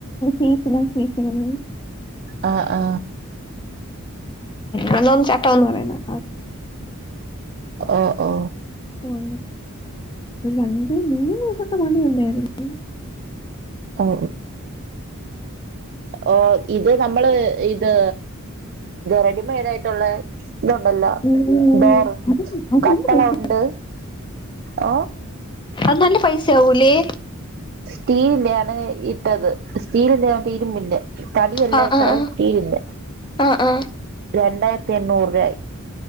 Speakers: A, on the left (about 20°); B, on the right (about 45°).
A: കേക്കണ കേക്കാണെന്നു
B: ആ ആ
A: ആന ചട്ടം എന്ന് പറയുന്നത്
B: ഓ ഓ
A: ആ ഒരു രണ്ട് മൂന്ന് ദിവസ മതി വണ്ടാരുന്നു
B: ഒ ഓ ഇത് നമ്മള് ഇതു നമ്മളെ ഇത് റെഡിമെയ്ഡായി ട്ട് ദോള്ളേ ഇതുണ്ടല്ലോ
A: ഉം, ഉം,
B: ഡോറെ
A: അത്
B: കട്ടള
A: നല്ല പൈസ
B: ഉണ്ട് ഓ
A: അത് നല്ല പൈസ ആവൂലേ
B: സ്റ്റീലിന്റെയണ് ഇട്ടത് സ്റ്റീലിന്റെ ഇരുമ്പിന്റെ തടി അല്ല
A: ആ
B: ഇട്ടത്
A: ആ ആ
B: സ്റ്റീലിലെ
A: ആ ആ
B: രണ്ടായിരത്തി എണ്ണൂറു രൂപ ആയി